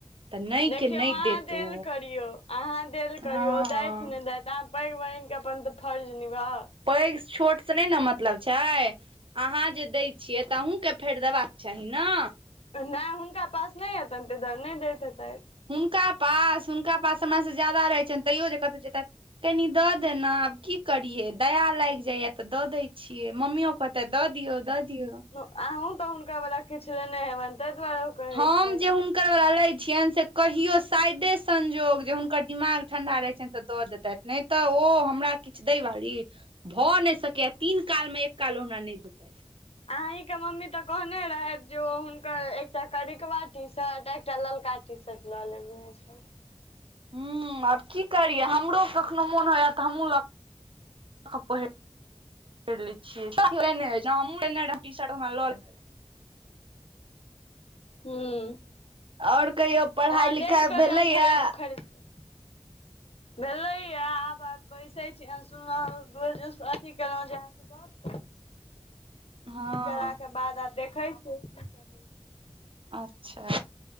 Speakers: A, on the right; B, on the left.
A: तऽ नहि
B: देखियौ
A: के नहि
B: अहाँ
A: देत
B: देल
A: ओ
B: करियौ अहाँ देल
A: हँ
B: करियौ उ दैथ नहि दैथ अहाँ पैघ बहिन के अपन तऽ फर्ज निभउ
A: पैघ छोट सँ नहि न मतलब छै अहाँ जे दै छियै तऽ अहु के फेर देबाक चाही न
B: नय हुनका पास नय हेतनि तै दुआरे नहि दैत हेतै
A: हुनका पास हुनका पास हमरा से ज्यादा रहै छैन तैयो जे कहतइ जे तते कनी दऽ देना आब की करियै दया लागि जाइ य तऽ दऽ दैत छियै मम्मियो कहते दऽ दियौ दऽ दियौ
B: अहुँ तऽ हुनका वला किछु लेने हेबनि ताहि दुआरे कहैत
A: हम जे
B: <inaudible>
A: छैन से कहियो साायदे संयोग जे हुनकर दिमाग ठंडा रहै छनि तऽ दऽ देत नहि तऽ ओ हमरा किछ दै वाली भऽ नैय सकैए य तीन काल मे एक काल ओ हमरा नहि देतै
B: अही के मम्मी तऽ कहने रहथि जे ओ हुनकर एकटा करिकवा टी शर्ट एकटा ललका टीशर्ट लऽ लेने छै
A: हँ आब की करियै हमरो कखनो मोन होइय तऽ हमहूँ लग कपरा पहिन ले छिये <unintelligible>
B: हूँ
A: रहे
B: तऽ
A: आओर कहियो पढ़ाइ
B: अहाँ देल
A: लिखाइ
B: करियौन
A: भेलैया
B: खरीद खरीद क भेलेयए आब बैसे छी सुबह अथी केलहु <unintelligible>
A: हँ
B: काके बाद आ देखै छियै की सब होइ छै
A: अच्छा